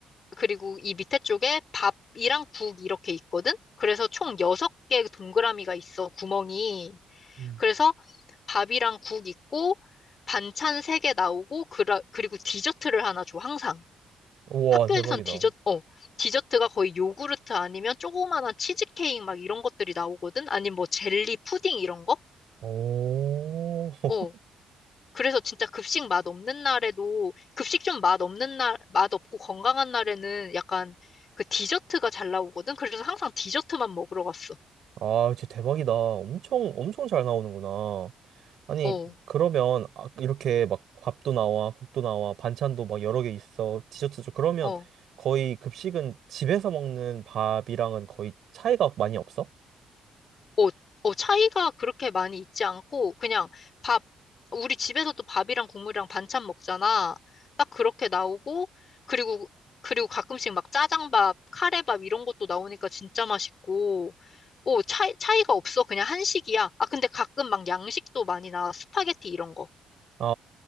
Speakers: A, on the left; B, on the right.
A: 그리고 이 밑에 쪽에 밥이랑 국 이렇게 있거든? 그래서 총 여섯 개 동그라미가 있어, 구멍이.
B: 음.
A: 그래서 밥이랑 국 있고, 반찬 세 개 나오고, 그라, 그리고 디저트를 하나 줘, 항상.
B: 우와,
A: 학교에선
B: 대박이다.
A: 디저트, 어, 디저트가 거의 요구르트 아니면 조그만한 치즈케이크 막 이런 것들이 나오거든? 아니면 뭐 젤리, 푸딩 이런 거?
B: 오, <laughs>
A: 어. 그래서 진짜 급식 맛 없는 날에도, 급식 좀 맛 없는 날, 맛 없고 건강한 날에는 약간 그 디저트가 잘 나오거든? 그래서 항상 디저트만 먹으러 갔어.
B: 아, 진짜 대박이다. 엄청, 엄청 잘 나오는구나. 아니,
A: 어,
B: 그러면 아, 이렇게 막 밥도 나와, 국도 나와, 반찬도 막 여러 개 있어, 디저트죠 그러면
A: 어.
B: 거의 급식은 집에서 먹는 밥이랑은 거의 차이가 많이 없어?
A: 어, 어, 차이가 그렇게 많이 있지 않고, 그냥 밥, 우리 집에서도 밥이랑 국물이랑 반찬 먹잖아. 딱 그렇게 나오고, 그리고, 그리고 가끔씩 막 짜장밥, 카레밥 이런 것도 나오니까 진짜 맛있고, 어, 차이, 차이가 없어. 그냥 한식이야. 아, 근데 가끔 막 양식도 많이 나와. 스파게티 이런 거.
B: 아,